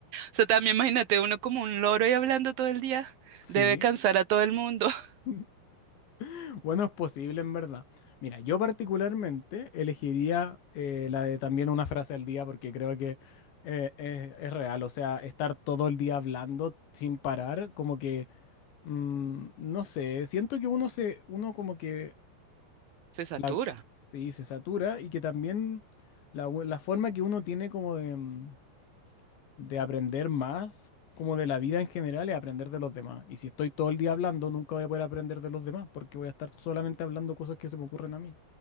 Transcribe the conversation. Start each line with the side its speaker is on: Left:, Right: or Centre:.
Right: O sea, también imagínate uno como un loro y hablando todo el día,
Left: Sí.
Right: debe cansar a todo el mundo, <laughs>
Left: <laughs> Bueno, es posible en verdad. Mira, yo particularmente elegiría eh, la de también una frase al día porque creo que eh, es, es real. O sea, estar todo el día hablando sin parar, como que, mm, no sé, siento que uno se, uno como que
Right: se satura,
Left: La, sí, se satura y que también la, u- la forma que uno tiene como de, mm, de aprender más, como de la vida en general, es aprender de los demás. Y si estoy todo el día hablando, nunca voy a poder aprender de los demás porque voy a estar solamente hablando cosas que se me ocurren a mí.